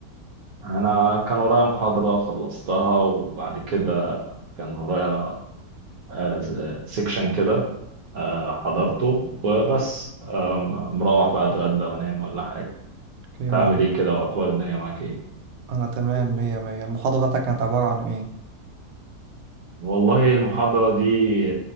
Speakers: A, on the right; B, on the right.
A: انا كان ورايا محاضره خلصتها وبعد كده كان ورايا آه سيكشن كده آه حضرته وبس آه مروح بقى اتغدى وانام ولا حاجه
B: اوكي
A: تعمل
B: المح...
A: ايه كده واخبار الدنيا معاك ايه
B: انا تمام مية مية المحاضرة بتاعتك كانت عبارة عن ايه؟
A: والله المحاضرة دي